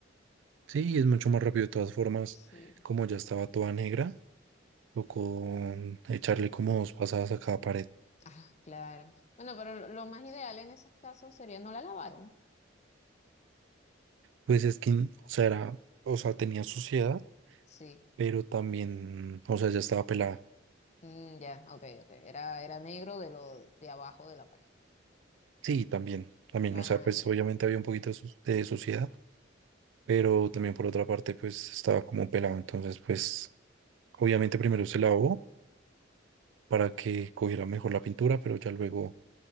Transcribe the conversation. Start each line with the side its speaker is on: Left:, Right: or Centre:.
Right: Sí, es mucho más rápido de todas formas,
Left: Sí.
Right: como ya estaba toda negra, o con echarle como dos pasadas a cada pared.
Left: Ah, claro. Bueno, pero lo, lo más ideal en esos casos sería no la lavaron.
Right: Pues es que, o sea, era, o sea, tenía suciedad,
Left: Sí.
Right: pero también, o sea, ya estaba pelada.
Left: Mm, ya, ok, ok. Era, era negro de lo de abajo de la pared.
Right: Sí, también, también,
Left: Claro.
Right: o sea, pues obviamente había un poquito de, su- de suciedad, pero también por otra parte, pues estaba como pelado. Entonces, pues, obviamente primero se lavó para que cogiera mejor la pintura, pero ya luego,